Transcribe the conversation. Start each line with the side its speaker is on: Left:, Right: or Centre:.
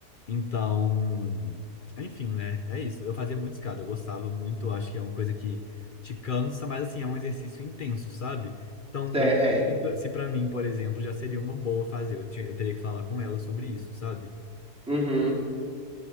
Left: Então, enfim, né? É isso. Eu fazia muito escada. Eu gostava muito. Acho que é uma coisa que te cansa, mas assim, é um exercício intenso, sabe? Então,
Centre: É,
Left: eu-
Centre: é.
Left: se pra mim, por exemplo, já seria uma boa fazer. Eu, ti- eu teria que falar com ela sobre isso, sabe?
Centre: Uhum.